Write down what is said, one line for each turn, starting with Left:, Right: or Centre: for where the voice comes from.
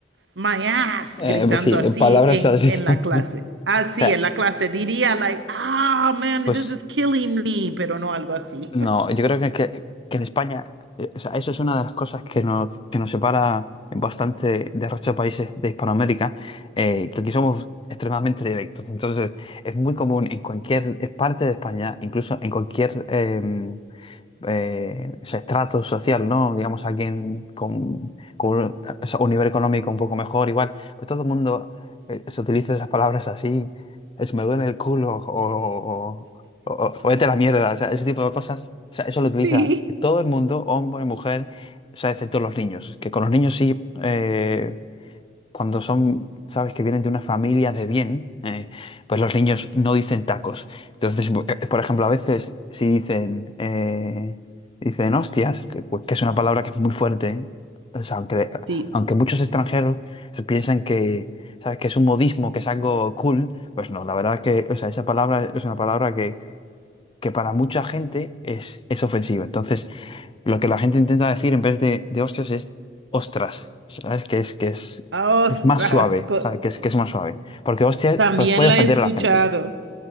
Right: my ass
Left: Eh,
Right: gritando
Left: pues sí,
Right: así
Left: en palabras
Right: en,
Left: así
Right: en
Left: <laughs> también.
Right: la clase. Así
Left: O sea,
Right: en la clase diría like, ah, man,
Left: pues.
Right: this is killing me, pero no algo así.
Left: No,
Right: <laughs>
Left: yo creo que, que- que en España, eh, o sea, eso es una de las cosas que nos, que nos separa bastante del resto de países de Hispanoamérica, eh, que aquí somos extremadamente directos. Entonces, es muy común en cualquier parte de España, incluso en cualquier em, eh, ese estrato social, ¿no? Digamos, alguien con, con un, o sea, un nivel económico un poco mejor, igual, pues todo el mundo eh, se utiliza esas palabras así, es me duele el culo o, o, o- o vete a la mierda, o sea, ese tipo de cosas, o sea, eso lo utiliza
Right: Sí.
Left: todo el mundo, hombre, mujer, o sea, excepto los niños, que con los niños sí, eh, cuando son, sabes, que vienen de una familia de bien, eh, pues los niños no dicen tacos. Entonces, bu- eh, por ejemplo, a veces si dicen, eh, dicen hostias, que, que es una palabra que es muy fuerte, ¿eh? o sea, aunque,
Right: Sí,
Left: aunque muchos extranjeros se piensan que, sabes, que es un modismo, que es algo cool, pues no, la verdad es que, o sea, esa palabra es una palabra que, que para mucha gente es, es ofensiva. Entonces, lo que la gente intenta decir en vez de, de hostias es ostras, ¿sabes? Que es, que es,
Right: ostras,
Left: es más suave,
Right: co-
Left: ¿sabes? Que es, que es más suave. Porque hostias
Right: también
Left: pues, puede
Right: la
Left: ofender
Right: he escuchado.
Left: a la gente.